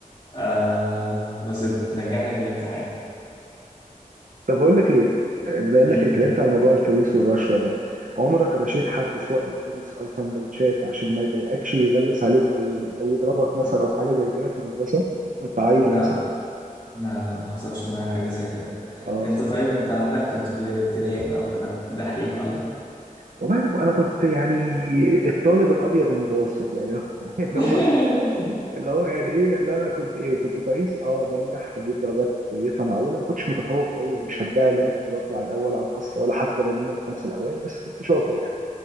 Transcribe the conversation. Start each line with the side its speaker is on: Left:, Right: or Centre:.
Left: آه بس تنجحني في الامتحان
Right: طب اقول لك ايه
Left: <laughs>
Right: بما انك
Left: م-
Right: اتكلمت على موضوع الفلوس والرشوه ده عمرك رشيت حد سواء بفلوس او سندوتشات عشان ما يضايقكش ويغلس عليك او او يضربك مثلا
Left: م.
Right: او حاجه زي كده في المدرسه وانت عيل
Left: لا
Right: مثلا
Left: لا لا ما حصلش معايا حاجة زي كده
Right: اه
Left: انت طيب انت عندك كنت في الابتدائي بقى وكده كنت دحيح ولا
Right: والله انا أنا كنت يعني الطالب الابيض المتوسط يعني <laughs> اللي
Left: <laughs>
Right: هو ايه اللي هو يعني ايه لا انا كنت ايه كنت كويس اه بنجح بجيب درجات كويسه معقوله ما كنتش متفوق قوي يعني مش هدعي ان انا كنت بطلع الاول على الفصل ولا حتى ما بين الخمسه الاوائل بس كنت شاطر يعني